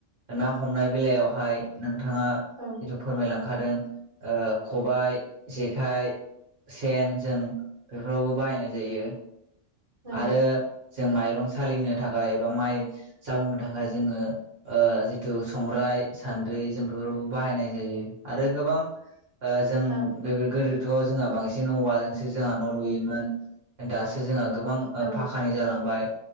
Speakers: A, on the right (about 60°); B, on the right (about 25°).
A: ना हमनाय बेलायावहाय नोंथाङा
B: औ
A: जिथु फोरमायलांखादों ओ खबाय जेखाइ सेन जों बेफोरावबो बाहायनाय जायो।
B: औ
A: आरो जों माइरं सालिनो थाखाय एबा माइ जावनो थाखाय जोङो ओ जिथु संग्राइ सान्द्रि जों बेफोरावबो बाहायनाय जायो, आरो गोबां ओ जों
B: औ
A: बेफोर गोदो जों बांसिन जोंहा औवाजोंसो न' लुयोमोन, दासो जोंहा गोबां ओ
B: औ
A: पाकका फानि जालांबाय